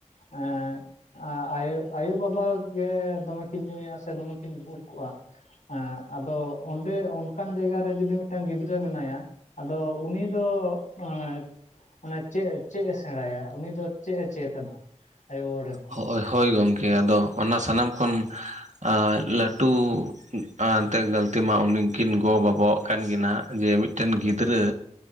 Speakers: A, on the left; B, on the right.
A: ᱮᱸ ᱟᱸ ᱟᱭᱳ, ᱟᱭᱳᱼᱵᱟᱵᱟ ᱜᱮ ᱫᱚᱢᱮ ᱠᱤᱱ ᱧᱩᱭᱟ ᱥᱮ ᱫᱚᱢᱮ ᱠᱤᱱ ᱵᱩᱞ ᱠᱚᱜᱼᱟ᱾ ᱮᱸ ᱟᱫᱚ ᱚᱸᱰᱮ ᱚᱱᱠᱟᱱ ᱡᱟᱭᱜᱟ ᱨᱮ ᱡᱩᱫᱤ ᱢᱤᱫᱴᱟᱝ ᱜᱤᱫᱽᱨᱟᱹ ᱢᱮᱱᱟᱭᱟ ᱟᱫᱚ ᱩᱱᱤ ᱫᱚ ᱮᱸ ᱚᱱᱟ ᱪᱮᱜ ᱪᱮᱜ ᱮ ᱥᱮᱸᱬᱟᱭᱟ ᱩᱱᱤ ᱫᱚ ᱪᱮᱜ ᱮ ᱪᱮᱫᱟ ᱟᱭᱳ-ᱵᱟᱵᱟ ᱴᱷᱮᱱ?
B: ᱦᱳᱭ ᱦᱳᱭ ᱜᱚᱝᱠᱮ ᱟᱫᱚ ᱚᱱᱟ ᱥᱟᱱᱟᱢ ᱠᱷᱚᱱ ᱟᱨ ᱞᱟᱹᱴᱩ <unintelligible> ᱢᱟ ᱩᱱᱤ ᱠᱤᱱ ᱜᱚ ᱵᱟᱵᱟᱣᱟᱜ ᱠᱟᱱ ᱜᱤᱱ ᱱᱟᱦᱟᱜ ᱡᱮ ᱢᱤᱫᱴᱮᱱ ᱜᱤᱫᱽᱨᱟᱹ